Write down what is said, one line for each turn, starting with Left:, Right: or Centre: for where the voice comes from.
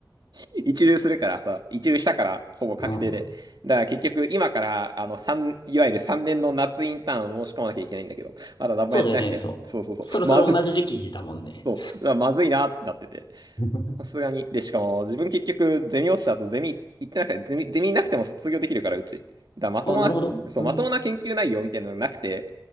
Right: <laughs> 一流するからさ、一流したから、ほぼ確定で。
Left: うん
Right: だから結局、今から、あの、三、いわゆる3年の夏インターンを申し込まなきゃいけないんだけど、まだ何もやってなくて、
Left: そうだよね、そう。
Right: そうそうそう、
Left: そろそろ同じ時期だもんね。
Right: まずい、そう、うわまずいなってなってて。
Left: <laughs>
Right: さすがに。で、しかも、自分結局、ゼミ落ちた後、ゼミ行ってなくて、ゼミ、ゼミなくても卒業できるから、うち。だ、まともな、
Left: あ、なるほど。
Right: そう、
Left: うん。
Right: まともな研究内容みたいなのがなくて、